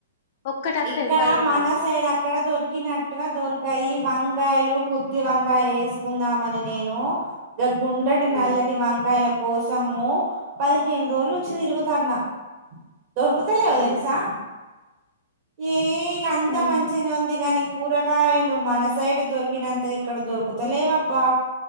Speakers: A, on the left; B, on the right.
A: ఒక్కటత్తది
B: ఇక్కడ
A: పది రూపాయలకు
B: మన సైడ్ అక్కడ దొరికినట్టుగా దొరికయి వంకాయలు గుత్ త్తి వంకాయ జేసుకుందామని నేను గ గుండ్రటి
A: హ్మ్
B: నల్లటి వంకాయలు కోసమ్ము పదిహేను రోజుల నుంచి
A: హ్మ్
B: తిరుగుతాన్న దొర్కుతలేవ్
A: హ్మ్
B: దెల్సా ఏ ఇగ అంత
A: హ్మ్
B: మంచిగనే ఉంది గని కూరగాయలు మన సైడ్ దొరికినంతగ ఇక్కడ దొరుకుతలేవబ్బా